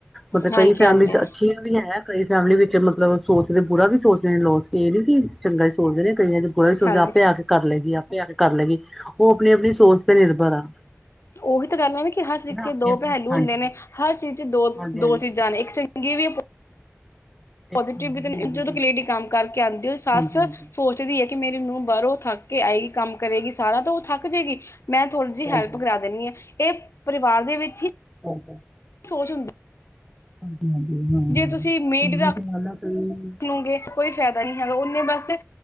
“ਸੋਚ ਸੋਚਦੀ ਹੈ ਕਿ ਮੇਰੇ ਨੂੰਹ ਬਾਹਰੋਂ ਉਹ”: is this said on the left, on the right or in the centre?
Left